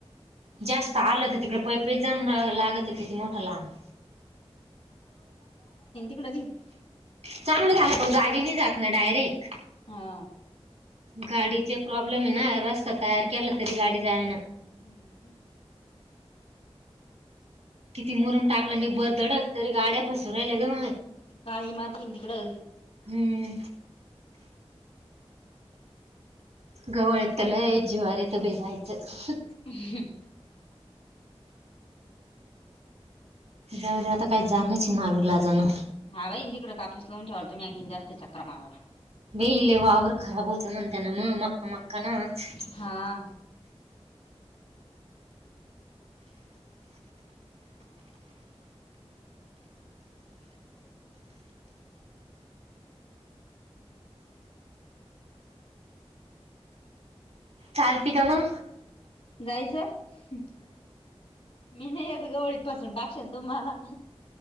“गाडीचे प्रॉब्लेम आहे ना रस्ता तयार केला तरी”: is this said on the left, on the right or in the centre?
Right